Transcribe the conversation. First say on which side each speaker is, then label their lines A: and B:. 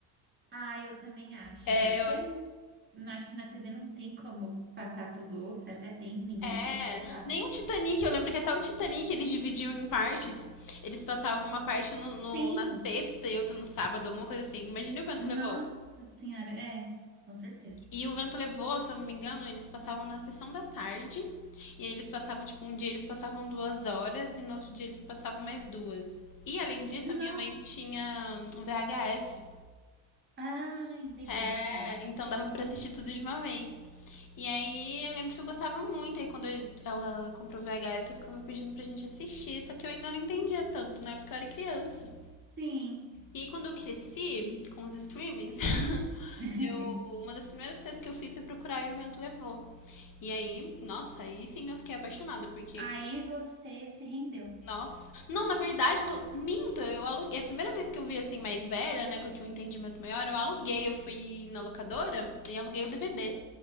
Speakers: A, on the right; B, on the left.
A: Ah, eu também acho.
B: É,
A: Porque é- não acho que na TV não tem como passar tudo, ou se até tem, ninguém
B: É,
A: assiste, sei lá.
B: nem o Titanic, eu lembro que até o Titanic eles dividiam em partes. Eles passavam uma parte no, no-
A: Sim!
B: na sexta e outra no sábado, alguma coisa assim. Imagina o vento
A: Nossa
B: levou.
A: Senhora, é, com certeza.
B: E o vento levou, se eu não me engano, eles passavam na sessão da tarde. E eles passavam, tipo, um dia eles passavam duas horas e no outro dia eles passavam mais duas. E além disso,
A: Nossa!
B: a minha mãe tinha um VHS.
A: Ai, legal!
B: É, então dava pra assistir tudo de uma vez. E aí eu lembro que eu gostava muito. Aí quando eu- ela comprou VHS, eu ficava pedindo pra gente assistir. Só que eu ainda não entendia tanto, né? Porque eu era criança.
A: Sim!
B: E quando eu cresci com os streamings, <laughs>
A: <laughs>
B: eu, uma das primeiras coisas que eu fiz foi procurar e o vento levou. E aí, nossa, aí sim eu fiquei apaixonada, porque
A: Aí você se rendeu.
B: nossa. Não, na verdade, eu tô... minto, eu aluguei. é A primeira vez que eu vi assim, mais velha, né, que eu tinha um entendimento maior, eu aluguei, eu fui na locadora e aluguei o DVD.